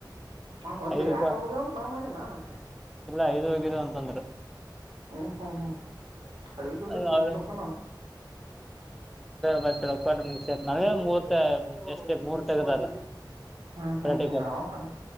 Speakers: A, on the right; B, in the centre.
A: ನಾ ಒಂದು
B: ಐದಕ್ಕೂ
A: ಯಾರೋ ಹೋಗ್ಯಾವ ಅಂತ ನಾ ಮಾಡಿ ನಾನು
B: ಇಲ್ಲ ಐದು ಹೋಗಿರ ಅಂತಂದ್ರು.
A: ಹ್ಮ್ -ಹ್ಮ್ -ಹ್ಮ್ -ಹ -ತ -ಗ <unintelligible>
B: ಅದು ಅವ್ರ
A: ಲ ನ
B: ಮುಗ ನನ ಮೂರ್ತ ಎಷ್ಟೇ ಮೂರ್ ತಗದಾರ.
A: ಹ್ಮ್ ಹ್ಮ್
B: ಪ್ರಕ್
A: ಹ್ಮ್ ಹೌದಾ